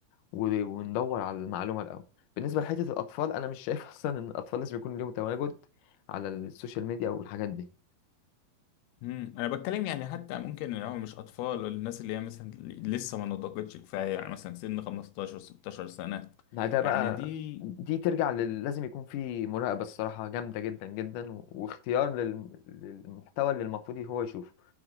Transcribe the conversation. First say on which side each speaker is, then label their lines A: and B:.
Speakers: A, on the left (about 70°); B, on the left (about 90°).
A: و... وندور على المعلومة الأول بالنسبة لحتة الأطفال أنا مش شايف <laughs> أصلا إن الأطفال لازم يكون ليهم تواجد على السوشيال ميديا والحاجات دي
B: امم انا بتكلم يعني حتى ممكن ان هو مش اطفال ولا الناس اللي هي مثلا لسه ما نضجتش كفايه يعني مثلا سن 15 16 سنه
A: ما ده يعني
B: يعني
A: بقى
B: دي
A: دي ترجع لل... لازم يكون في مراقبة الصراحة جامدة جدا جدا و... واختيار لل... للمحتوى اللي المفروض هو يشوفه